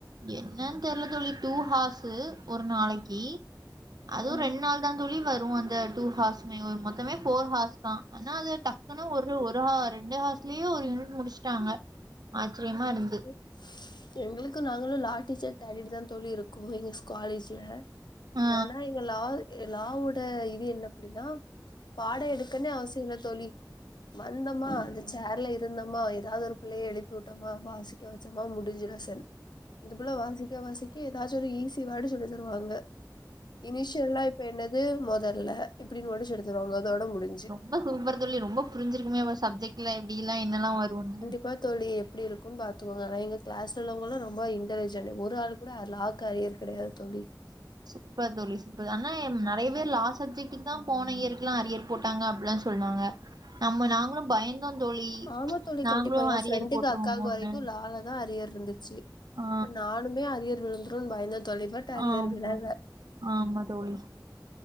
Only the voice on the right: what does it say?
என்னன் தெரியல தோழி டூ ஹாஸ்சு ஒரு நாளைக்கு அதுவு
ரெண் நாள் தா துளி வரு அந்த டூ ஹார்ஸ்மே வரு மொத்தமே ஃபோர் ஹார்ஸ் தா ஆனா அது டக்குன்னு ஒரு ஒரு ஆ ரெண்டு ஹார்ஸ்லயே ஒரு யூனிட் முடிச்சுட்டாங்க ஆச்சரியமா இருந்து
ஆ
ரொம்ப சூப்பர் தோழி ரொம்ப புஞ்சிருக்குமே அப்ப சப்ஜெக்ட்ல எப்டில்லா என்னல்லா வருன்னு
இப்ப தோழி இப்பது ஆனா
நறைய பேர் லா சப்ஜெக்ட்டுக் தா போன இயருக்குல்லா அரியர் போட்டாங்க அப்புல்லா சொன்னாங்க நம்ம நாங்களு பயந்தோ தோழி
நாங்களு
அரியர்
போட்ருவோமோன்னு
ஆ
ஆமா
ஆமா தோழி